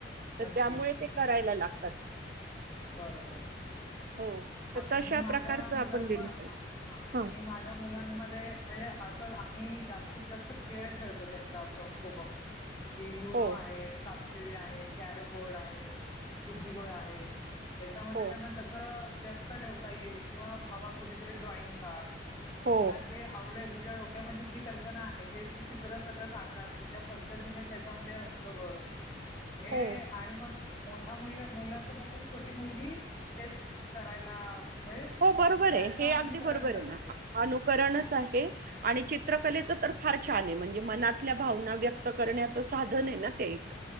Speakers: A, on the right (about 50°); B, on the left (about 15°).
A: तर
B: नक्कीच
A: त्यामुळे ते करायला लाग
B: बरोबर
A: हो. तर
B: आता
A: तशा
B: मी माझ्या
A: प्रकारचं
B: मुलां
A: आपण
B: <unintelligible>
A: दिलं पाहिजे. हां.
B: मी माझ्या मुलांनमध्ये म्हणजे असंच आम्ही जास्तीत जास्त खेळ खेळतो त्यांच्या सोबत कि लुडो
A: हो,
B: आहे शिडी आहे कॅरम बोर्ड आहे बुद्धिगळ आहे याच्यामध्ये
A: हो,
B: त्यांना कस व्यस्त ठेवता येईल किंवा बाबा कुठेतरी ड्रॉइंग काढ
A: हो,
B: तुला जे आवडेल तुझ्या डोक्यामध्ये जी कल्पना आहे ते तू चित्र सगळं साकार तुझ्या पद्धतीने त्याच्यामध्यें र <unintelligible> हे
A: हो,
B: आणि मग मोठा मुलग मुलाच बघून छोटी मुलगी तेच करायला म्हणजे त्याचं
A: हो बरोबर आहे हे
B: अनुसरण
A: अगदी बरोबर
B: करते.
A: आहे ना अनुकरणच आहे आणि चित्रकलेच तर फार छान नाय म्हणजे मनातल्या भावना व्यक्त करण्याच साधन आहे ना ते एक